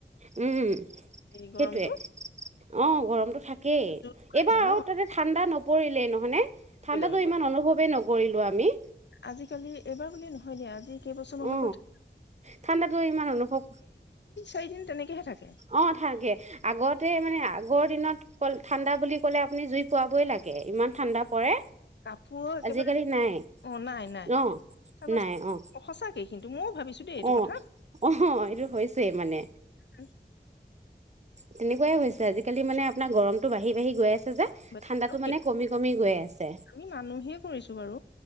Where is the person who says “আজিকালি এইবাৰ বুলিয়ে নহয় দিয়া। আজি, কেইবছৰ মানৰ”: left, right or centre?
Left